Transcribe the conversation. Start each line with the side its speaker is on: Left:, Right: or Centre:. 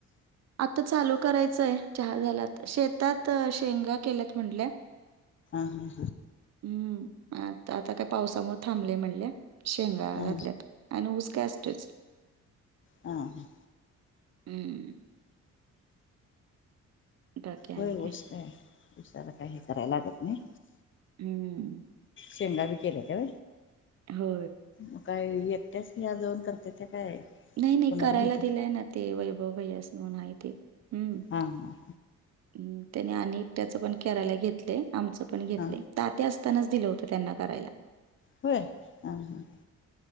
Right: आता चालू करायचंय चहा झालात शेतात शेंगा केल्यात म्हटल्या
Left: ह हं
Right: हम्म आता आता काय पावसामुळे थांबले म्हणल्या शेंगा
Left: हा
Right: घातल्यात
Left: हा
Right: आणि ऊस काय असतोच
Left: हां हा
Right: हम्म बाकी आणि
Left: होय
Right: काय
Left: ऊस का आहे ऊसाला काही हे कराय लागत नाही
Right: हम्म
Left: शेंगा ब केल्या का
Right: हो
Left: मग काय एकट्याच हया जाऊन करते ते काय
Right: नाही नाही
Left: कोणाला
Right: करायला
Left: घेते
Right: दिलंय ना ते वैभव भयास म्हून आहे ते हम्म
Left: हां हं
Right: ह त्याने आणि त्याचं पण कराला घेतलं आमचं पण घेतलं
Left: हा
Right: तात्या असतानाच दिलं होतं त्यांना करायला
Left: होय ह ह